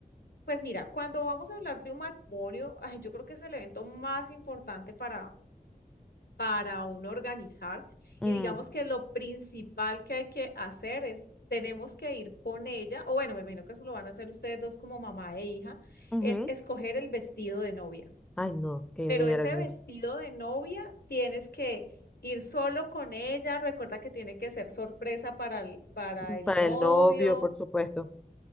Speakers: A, on the left; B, in the centre.
A: Pues mira, cuando vamos a hablar de un matrimonio, ay, yo creo que es el evento más importante para, para uno organizar.
B: Mm,
A: Y digamos que lo principal que hay que hacer es, tenemos que ir con ella, o bueno, me imagino que eso lo van a hacer ustedes dos como mamá e hija,
B: ujú.
A: es escoger el vestido de novia.
B: Ay, no, qué
A: Pero
B: nervios.
A: ese vestido de novia tienes que ir solo con ella. Recuerda que tiene que ser sorpresa para el, para
B: Mm,
A: el
B: Para
A: novio
B: el novio, por supuesto.